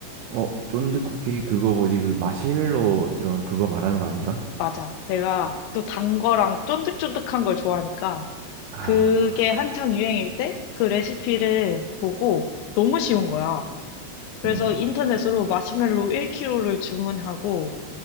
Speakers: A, on the right; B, on the left.
A: 어, 쫀득쿠키 그거 뭐지, 그 마시멜로 들어간 그거 말하는 거 아닌가?
B: 맞아. 내가 또 단 거랑 쫀득쫀득한 걸 좋아하니까
A: 아,
B: 그게 한창 유행일 때 그 레시피를 보고 너무 쉬운 거야. 그래서
A: 음,
B: 인터넷으로 마시멜로 1kg를 주문하고